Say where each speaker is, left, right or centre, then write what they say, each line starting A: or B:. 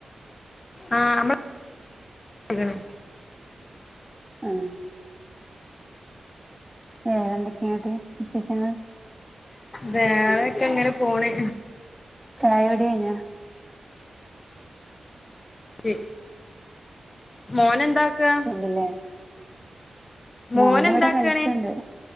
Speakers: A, on the left; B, in the centre.
A: ആഹ് മ്മള് <inaudible> ക്ക്ണ്.
B: ആ അ ഏ എന്തൊക്കെൺട്ട് വിശേഷങ്ങൾ?
A: വേറെക്കെങ്ങെനെ പോണ്.
B: ചായുടി കഴിഞ്ഞോ?
A: ചി മോനന്താക്ക?
B: ലില്ലേ
A: മോനെന്താക്കാണ്
B: മോന് ഇവ്ടെ കളിക്ക്ണ്ട്